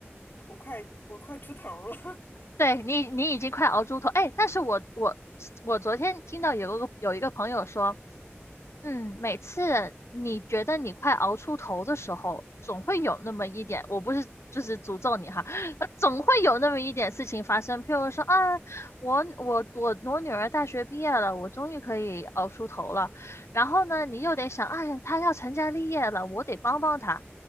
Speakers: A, on the left; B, on the left.
A: 我快我快出头儿了。
B: 对你，你已经快熬猪头。哎，但是我我我昨天听到有个有一个朋友说，嗯，每次你觉得你快熬出头的时候，总会有那么一点，我不是就是诅咒你哈，呃总会有那么一点事情发生。譬如说啊，我我我我女儿大学毕业了，我终于可以熬出头了。然后呢，你又得想，哎呀她要成家立业了，我得帮帮她。